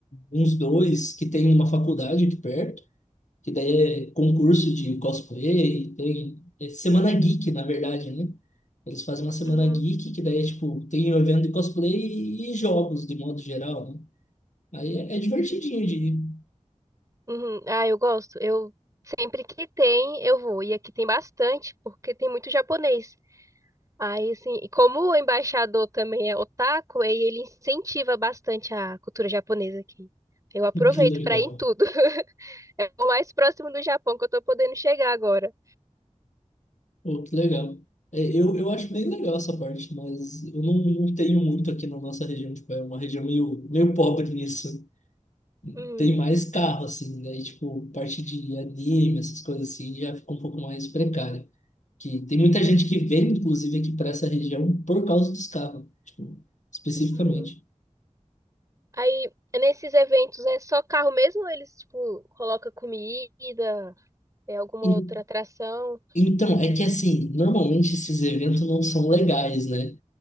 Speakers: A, on the left; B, on the right.
A: uns dois que tem numa faculdade aqui perto, que daí é concurso de cosplay, tem é semana geek, na verdade, né? Eles fazem uma semana
B: Uhum,
A: geek, que daí é tipo, tem um evento de cosplay e jogos de modo geral, né? Aí é, é divertidinho de ir. <laughs>
B: uhum. Ah, eu gosto. Eu sempre que tem, eu vou. E aqui tem bastante, porque tem muito japonês. Aí, assim, e como o embaixador também é otaku, aí ele incentiva bastante a cultura japonesa aqui. Eu aproveito
A: Que legal.
B: pra ir em tudo. <laughs> É o mais próximo do Japão que eu tô podendo chegar agora.
A: Pô, que legal. É, eu, eu acho bem legal essa parte, mas eu não, não tenho muito aqui na nossa região, tipo, é uma região meio, meio pobre nisso.
B: Uhum.
A: tem mais carro, assim, daí, tipo, parte de anime, essas coisas assim, já fica um pouco mais precária. Que tem muita gente que vem, inclusive, aqui para essa região por causa dos carros, tipo, especificamente.
B: Uhum. Aí, nesses eventos, é só carro mesmo ou eles, tipo, colocam comida, é alguma
A: En-
B: outra atração?
A: Então, é que assim, normalmente esses eventos não são legais, né?